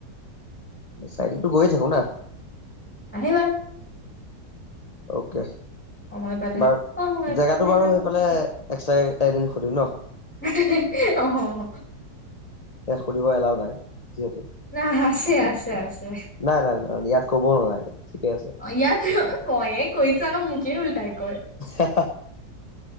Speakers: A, on the left; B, in the centre.
A: চাৰআলীটো গৈয়ে থাকো না।
B: আহিবা।
A: ওকে
B: সময় পালে
A: বাৰু
B: সময়
A: জেগাটো
B: পালে
A: বাৰু
B: সময়
A: সেইফালে এক্সট্ৰাকে এদিন সুধিম ন।
B: ইহিহি অহহ
A: ইয়াত সুধিব এলাও নাই যিহেতু।
B: না আছে আছে আছে
A: নাই নাই নাই ইয়াত ক'বও নালাগে ঠিকে আছে
B: অঁ ইয়াতেও- ময়ে কৈছো আকৌ মুকেয়ে উল্টাই কয়।
A: হাহা